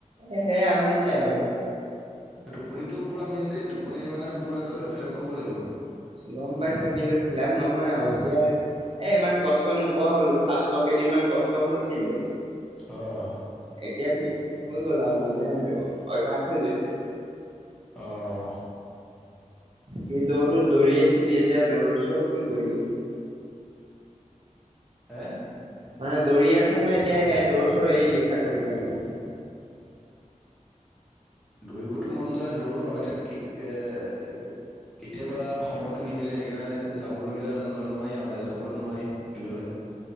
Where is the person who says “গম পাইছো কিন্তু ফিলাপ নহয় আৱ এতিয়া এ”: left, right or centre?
Right